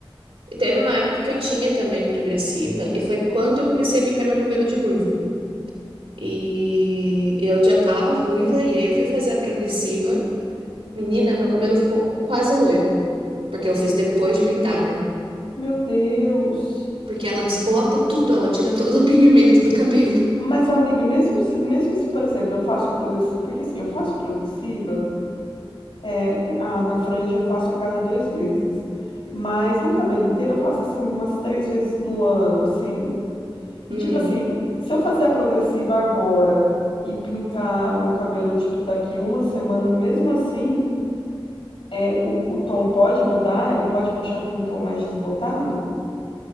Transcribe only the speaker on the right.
E teve uma época que eu tinha também progressiva, e foi quando eu comecei a pintar meu cabelo de ruivo. E eu já tava ruiva, e aí eu fui fazer a progressiva. Menina, meu cabelo ficou quase loiro, porque eu fiz depois de pintar, né?
Porque ela desbota tudo, ela tira todo o <laughs> pigmento do cabelo.
Hum.